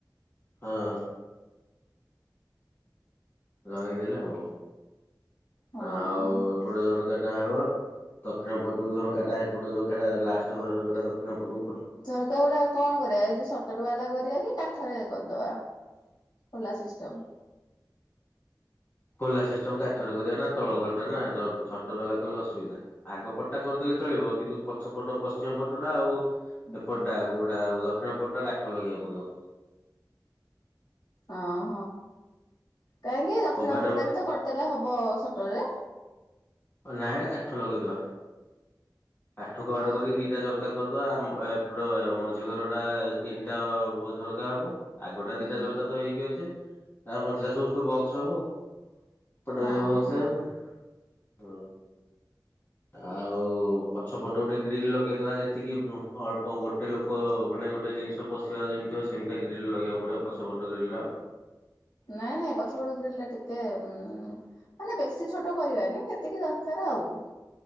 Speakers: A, on the left; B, on the left.
A: ହଁ। ଲଗେଇଦେଲେ ହବ
B: ହଁ।
A: ଆଉ ଏପଟେ ଝରକା ଟା ହେବ। ଦକ୍ଷିଣ ପଟକୁ ଝରକାଟା ସେପଟୁ ଝରକା ଟା ଲାଷ୍ଟ ଘର ଝରକାଟା ଦକ୍ଷିଣ ପଟୁ
B: ଝରକା ଗୁଡା କଣ କରିବା ଏଇ ଯୋଉ ସଟର ବାଲା କରିବା କି କାଠରେ କରିଦବା? ଖୋଲା ସିଷ୍ଟମ୍।
A: ଖୋଲା ସିଷ୍ଟମ କାଠରେ କରିବା ନା ତଳ ଘର ଟା ନା ଜ ସଟର ବାଲା କଲେ ଅସୁବିଧା ଆଗ ପଟ ଟା କରିଦେଲେ ଚ ଚଳିବ କିନ୍ତୁ ପଛ ପଟ ପଶ୍ଚିମ ପଟା ଆଉ
B: ହୁଁ
A: ଏପଟଟା କୋଉଟା ଆଉ ଦକ୍ଷିଣ ପଟ ଟା କାଠ ଲଗେଇବାକୁ ପଡିବ।
B: ଆଉ କାହିଁକି ଦକ୍ଷିଣ
A: କବାଟ
B: ପଟ ଟା ବି ତ କରିଦେଲେ ହବ ସଟରରେ।
A: ନା ଏଟା କାଠ ଲଗେଇଦବା କାଠ କୁ
B: ହଁ
A: ଆଡ କରିକି ଦିଟା ଝର ଝରକା କରିଦବା ଆମ ଏପଟ ଏ ମଝି ଘର ଟା ତିନିଟା ହବ ଝରକା ହବ। ଆଗଟା
B: ହୁଁ।
A: ଦିଟା ଝରକା ତ ହେଇକି ଅଛି ତା ମଝିଟା ସବୁ ତ ବକ୍ସ ହବ। ଏପଟ
B: ହଁ
A: ରେ ବକ୍ସ
B: ହଁ
A: ହବ ହଁ। ଆଉ ପଛପଟ ଗୋଟେ ଗ୍ରୀଲ୍ ଲଗେଇଦବା ଯେତିକି ମ ଅଳ୍ପ ଗୋଟେ ଲୋକ ମାନେ ଗୋଟେ ଜିନିଷ ପଶିବାର ଯେମିତି ହବ ସେମିତିଆ ଗ୍ରୀିଲ ଲଗେଇବାକୁ ପଡିବ ପଛପଟ ଗ୍ରିଲ ଟା।
B: ନାଇଁ ନାଇଁ ପଛପଟ ଗ୍ରୀଲ ଟା ଟିକେ ଉଁ। ମାନେ ବେଶୀ ଛୋଟ କରିବାନି ଯେତିକି ଦରକାର ଆଉ।